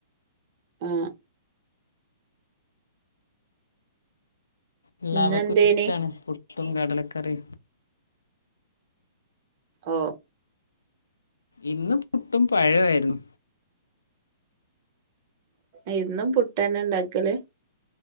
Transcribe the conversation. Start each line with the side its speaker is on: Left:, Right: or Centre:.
Right: ആ
Left: എല്ലാവർക്കും
Right: ഇന്നെന്തേനി
Left: ഇഷ്ടമാണ് പുട്ടും കടലക്കറിയും
Right: ഓ
Left: ഇന്ന് പുട്ടും പഴയിരുന്നു
Right: ഇന്നും പുട്ട തന്നെ ഉണ്ടാക്കലേ